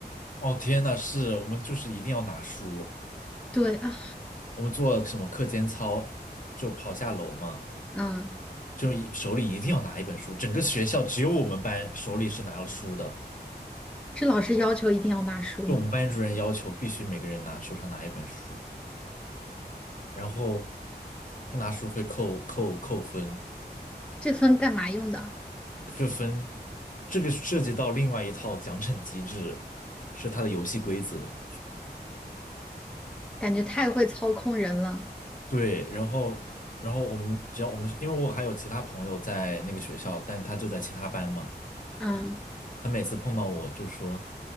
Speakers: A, on the left; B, in the centre.
A: 哦天呐，是我们就是一定要拿书，
B: 对啊，
A: 我们做什么课间操就跑下楼嘛，
B: 嗯，
A: 就一手里一定要拿一本书，整个学校只有我们班手里是拿了书的，
B: 是老师要求一定要拿书吗？
A: 就我们班主任要求必须每个人拿手上拿一本书，然后不拿书会扣扣扣分，
B: 这分干嘛用的？
A: 这分这个涉及到另外一套奖惩机制，是它的游戏规则。
B: 感觉太会操控人了。
A: 对，然后然后我们只要我们是，因为我还有其他朋友在那个学校，但他就在其他班嘛，
B: 嗯，
A: 他每次碰到我就说